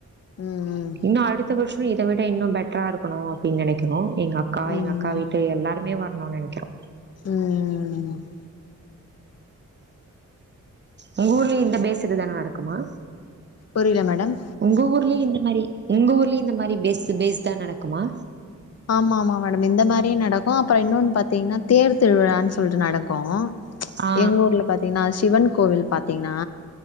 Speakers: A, on the left; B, on the right.
A: ம்
B: இன்னு அடுத் த்த வருஷம் இத விட இன்னும் பெட்ரா இருக்கணும் அப்டின் நெனைக்கணும் எங்க அக்கா
A: ம் ம்
B: எங்க அக்கா வீட்டு எல்லாருமே வர்னோ நெனைக்கிறோம்
A: ம் ம் ம்
B: உங்க ஊர்லயும் இந்த பேஸ் இது தா நடக்குமா
A: புரில மேடம்
B: உங்க ஊர்லயு இந்த மாரி உங்க ஊர்லயு இந்த மாரி பேஸு பேஸ்தா நடக்குமா
A: ஆமா ஆமா மேடம் இந்த மாரியே நடக் கு அப்புறோ இன்னொன் பாத்தீங்னா தேரு திருவிழான் சொல்ட்டு நடக்கு
B: ஆ
A: எங்க ஊர்ல பாத்தீங்னா சிவன் கோவில் பாத்தீங்னா